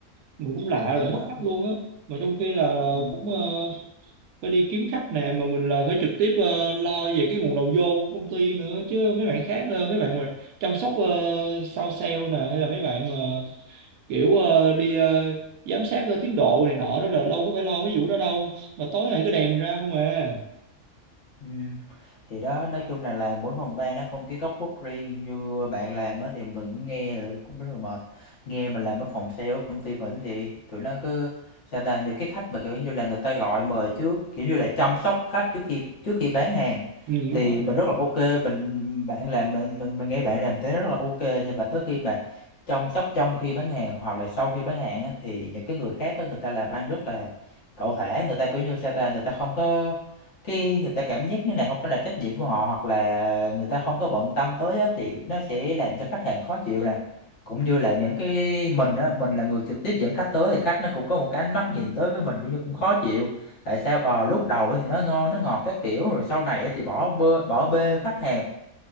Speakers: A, on the right (about 80°); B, on the left (about 60°).
A: mình cũng lạ
B: thì
A: là mất
B: đó
A: khách luôn á mà trong khi là là
B: ừ.
A: cũng ờ, phải đi kiếm khách nè mà mình là phải trực tiếp ờ, lo về cái nguồn đầu vô của công ty nữa chứ mấy bạn khác ờ, mấy bạn mà chăm sóc ờ, sau sale nè hay là mấy bạn mà kiểu ờ, đi ờ, giám sát ờ, tiến độ này nọ đó là đâu có phải lo mấy vụ đó đâu mà tối ngày cứ đèm ra không à
B: Ừ. Thì đó nói chung là làm mỗi phòng ban nó có một cái góc khuất riêng như bạn làm á thì mình cũng nghe là cũng rất là mệt nghe mình làm ở phòng sale ở công ty mình thì tụi nó cứ sao ta những cái khách mà kiểu như là người ta gọi mời trước kiểu như là chăm sóc khách trước khi trước khi bán hàng
A: ừ,
B: thì
A: đúng rồi
B: mình
A: nè
B: rất là ok mình bạn làm mình mình, mình nghe bạn làm thế rất là ok nhưng mà tới khi mà chăm sóc trong khi bán hàng hoặc là sau khi bán hàng á, thì những cái người khác á, người ta làm ăn rất là cẩu thả người ta kiểu như sao ta người ta không có khi người ta cảm giác như này không phải là trách nhiệm của họ hoặc là người ta không có bận tâm tới á, thì nó sẽ làm cho khách hàng khó chịu nè cũng như là những cái mình á mình là người trực tiếp dẫn khách tới thì khách nó cũng có một cái ánh mắt nhìn tới với mình cũng như cũng khó chịu tại sao ờ lúc đầu thì nó ngon nó ngọt các kiểu rồi sau này thì bỏ bê bỏ bê khách hàng